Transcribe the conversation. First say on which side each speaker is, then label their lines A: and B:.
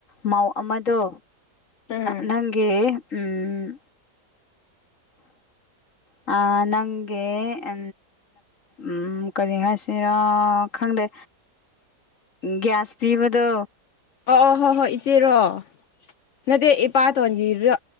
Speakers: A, on the left (about 50°); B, on the left (about 85°).
A: ꯃꯧ ꯑꯃꯗꯣ
B: ꯎꯝ
A: ꯅꯪꯒꯤ ꯎꯝ ꯑ ꯅꯪꯦ ꯎ ꯎꯝ ꯀꯔꯤ ꯍꯥꯏꯁꯤꯔꯥ ꯈꯪꯗꯦ ꯒ꯭ꯌꯥꯁ ꯄꯤꯕꯗꯣ
B: ꯑꯣ ꯑꯣ ꯍꯣ ꯍꯣꯏ ꯏꯆꯦꯔꯣ ꯅꯠꯇꯦ ꯏꯄꯥꯇꯣꯟꯒꯤꯣ